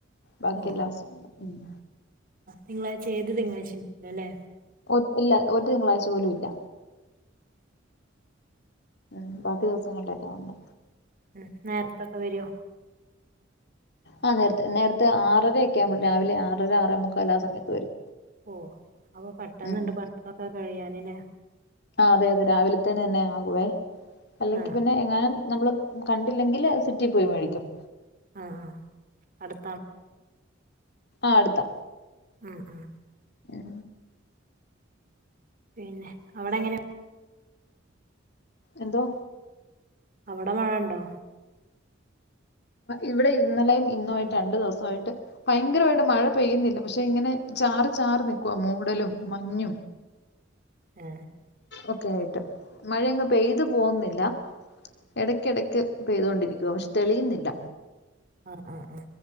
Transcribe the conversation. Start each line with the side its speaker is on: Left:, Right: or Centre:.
Left: ബാക്കി
Right: ഓ
Left: എല്ലാ ദിവസം ഉണ്ട്
Right: നിങ്ങളാഴ്ച ഏത് തിങ്കളാഴ്ല്ലോ
Left: ഉം
Right: ല്ലേ
Left: ഒ ഇല്ല ഒരു തിങ്കളാഴ്ച പോലും ഇല്ല ഉ ബാക്കി ദിവസങ്ങളില എല്ലാം ഉണ്ട്
Right: ഉം നേരത്തൊക്കെ വരുോ
Left: ആ നേരത്തെ നേരത്തെ ആറര ഒക്കെ ആവുമ്പോൾ രാവിലെ ആറര ആറ മുക്കല്ല ആ സമയത്ത് വരും
Right: ഓ അപ്പൊ പെട്ടെന്നണ്ട്
Left: ഉം
Right: പണ്ടൊക്കെ കഴിയാനില്ലേ
Left: ആ അതെ അതെ രാവിലെത്തേന്ന തന്നെ ആകുവേ അല്ലെങ്കിൽ
Right: ആ
Left: പിന്നെ എങ്ങാനും നമ്മള് കണ്ടില്ലെങ്കില് സിറ്റി പോയി മേടിക്കും
Right: ആ ആ അടുത്താണ്
Left: ആടുത്ത
Right: ഉം ഉ
Left: ഉഏ
Right: പിന്നെ അവിടെങ്ങനെ
Left: എന്തോ
Right: അവിടെ മഴ ഇണ്ടോ
Left: ഇവിടെ ഇന്നലെയും ഇന്നുമായിട്ട് രണ്ടു ദിവസമായിട്ട് ഭയങ്കരമായിട്ട് മഴ പെയ്യുന്നില്ല പക്ഷെ ഇങ്ങനെ ചാറ് ചാറ് നിക്കുവാ മൂടലും മഞ്ഞും
Right: ഏ
Left: ഒക്കെ ആയിട്ട് മഴയങ് പെയ്തു പോകുന്നില്ല ഇടക്കിടക്ക് പെയ്തൊണ്ടിരിക്കുവ പക്ഷെ തെളിയുന്നില്ല
Right: ആ ആ ആ